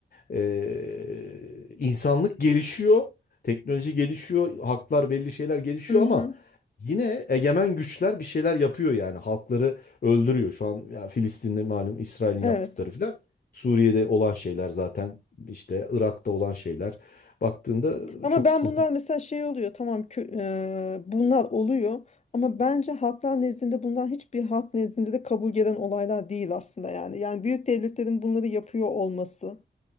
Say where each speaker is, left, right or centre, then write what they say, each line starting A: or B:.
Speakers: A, on the left; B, on the left.
A: ee, insanlık gelişiyor, teknoloji gelişiyor, haklar belli şeyler gelişiyor
B: Hı
A: ama
B: hı.
A: yine egemen güçler bir şeyler yapıyor yani halkları öldürüyor. Şu an yani Filistin'de malum İsrail'in
B: Evet.
A: yaptıkları filan. Suriye'de olan şeyler zaten işte Irak'ta olan şeyler baktığında
B: Ama
A: çok
B: ben
A: sıkıntı.
B: bunlar mesela şey oluyor. Tamam kö- eee, bunlar oluyor. Ama bence halklar nezdinde bunlar hiçbir halk nezdinde de kabul gelen olaylar değil aslında yani. Yani büyük devletlerin bunları yapıyor olması.